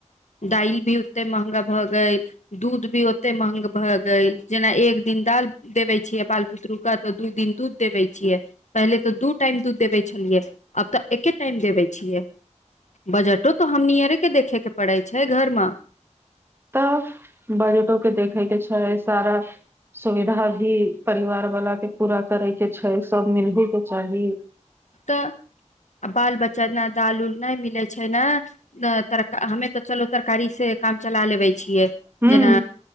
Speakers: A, on the left; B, on the right.
A: दालल भी ओते महंगा भए गेल दूध भी ओते महंग भ गा जेना एक दिन दालि देबे छियै बाल बुतरु के तऽ दू दिन दूध देवे छियै पहिले तऽ दू टाइम दूध देबे छलियै आब तऽ एके टाइम देबे छिय बजटो तऽ हमनीयरे के देखे के पड़ै छै घर मे
B: तऽ ब्यटो के देखै के छै सारा। सुविधा भी परिवार वाला के पूरा करे के छै सभ मिलबे के चाही
A: त बाल बच्चाना दाल उल नहि मिलै छै ने तर हमे तऽ चलू तरकारी से काम चला लेबै छिय
B: हूं
A: जेना